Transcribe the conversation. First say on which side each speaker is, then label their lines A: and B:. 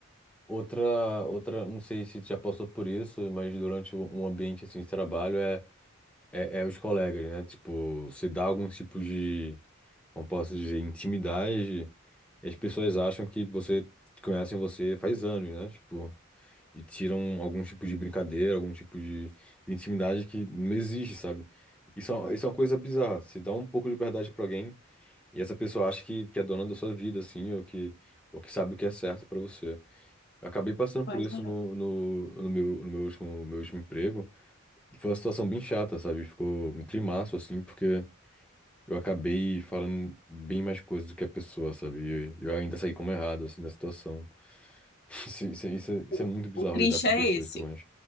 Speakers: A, in the centre; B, on the left.
A: Outra, outra, não sei se tu já passou por isso, mas durante um um ambiente assim de trabalho é, é, é os colegas, né? Tipo, se dá algum tipo de, como posso dizer, intimidade, e as pessoas acham que você conhecem você faz anos, né? Tipo, e tiram algum tipo de brincadeira, algum tipo de intimidade que não existe, sabe? Isso é, uma- isso é uma coisa bizarra. Se dá um pouco de verdade pra alguém e essa pessoa acha que, que é dona da sua vida, assim, ou que, ou que sabe o que é certo pra você. Eu acabei passando
B: Pois
A: por isso
B: é.
A: no, no, no meu, no meu último, meu último emprego. E foi uma situação bem chata, sabe? Ficou um climaço, assim, porque eu acabei falando bem mais coisas do que a pessoa, sabe? E eu ainda saí como errado, assim, da situação. <laughs> Isso, isso, isso, é isso
B: O,
A: é muito bizarro
B: o triste
A: lidar com
B: é
A: pessoas
B: esse.
A: também.